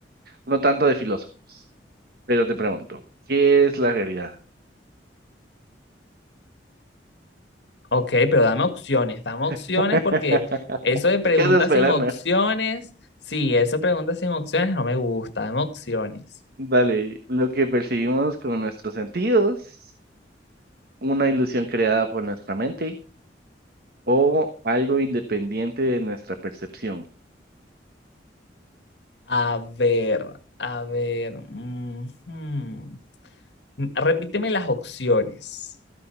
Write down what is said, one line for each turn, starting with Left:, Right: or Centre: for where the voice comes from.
Right: no tanto de filósofos, pero te pregunto, ¿qué es la realidad?
Left: Ok, pero dame opciones, dame opciones
Right: <laughs>
Left: porque eso de preguntas
Right: ¿Qué andas esperando?
Left: sin opciones, sí, eso de preguntas sin opciones no me gusta, dame opciones.
Right: Dale, lo que percibimos con nuestros sentidos, una ilusión creada por nuestra mente o algo independiente de nuestra percepción.
Left: A ver, a ver, ujú. Repíteme las opciones.